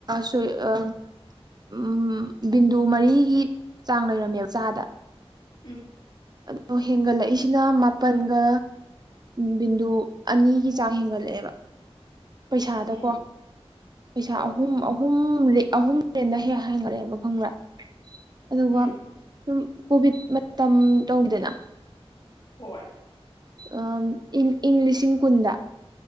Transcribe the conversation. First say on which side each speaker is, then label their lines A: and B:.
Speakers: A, on the right; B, on the left.
A: ꯁꯣꯏ ꯑꯥ ꯎꯝ ꯕꯤꯟꯗꯨ ꯃꯔꯤꯒꯤ ꯆꯥꯡ ꯂꯩꯔꯝꯃꯦꯕ ꯆꯥꯗ
B: ꯎꯝ
A: ꯑꯗꯣ ꯍꯦꯟꯒꯠꯂꯛꯏꯁꯤꯅ ꯃꯥꯄꯟꯒ ꯕꯤꯟꯗꯨ ꯑꯅꯤꯒꯤ ꯆꯥꯡ ꯍꯦꯟꯒꯠꯂꯛꯑꯦꯕ ꯄꯩꯁꯥꯗꯀꯣ
B: ꯎꯝ
A: ꯄꯩꯁꯥ
B: ꯍꯣꯏ
A: ꯑꯍꯨꯝ ꯑ ꯑꯍꯨꯝ ꯔꯦ ꯑꯍꯨꯝꯔꯦꯗ ꯍꯦ ꯍꯦꯟꯒꯠꯂꯦꯕ ꯈꯪꯕ꯭ꯔꯥ ꯑꯗꯨꯒ
B: ꯎꯝ
A: ꯁꯨꯝ ꯀꯣꯚꯤꯠ ꯃꯇꯝ ꯇꯧꯗꯅ
B: ꯍꯣꯏ
A: ꯑꯥ ꯏꯪ ꯏꯪ ꯂꯤꯁꯤꯡ ꯀꯨꯟꯗ